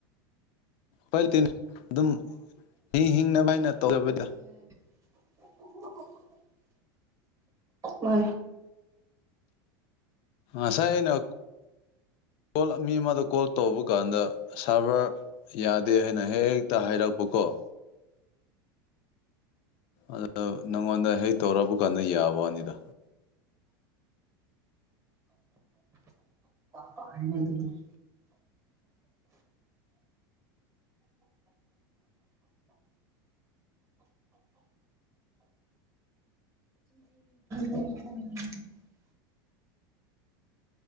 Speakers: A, on the left; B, on the right.
A: ꯍꯣꯏꯇꯤꯅꯦ ꯑꯗꯨꯝ ꯍꯤꯡ ꯍꯤꯡꯅꯕ ꯍꯥꯏꯅ ꯇꯧꯖꯕꯗ
B: <inaudible> ꯃꯥ
A: ꯑꯁꯥꯏ ꯅ ꯀꯣꯜ ꯃꯤ ꯑꯃꯗ ꯀꯣꯜ ꯇꯧꯕ ꯀꯥꯟꯗ ꯁꯥꯔꯚꯔ ꯌꯥꯗꯦ ꯍꯥꯏꯅ ꯍꯦꯛ ꯍꯦꯛꯇ ꯍꯥꯏꯔꯛꯄꯀꯣ ꯑꯗꯨꯗ ꯅꯉꯣꯟꯗ ꯍꯦꯛ ꯇꯧꯔꯕ ꯀꯥꯟꯗ ꯌꯥꯕ ꯋꯥꯅꯤꯗ
B: ꯄꯅ ꯑꯗꯨꯗ <inaudible> ꯎꯝ ꯎꯝ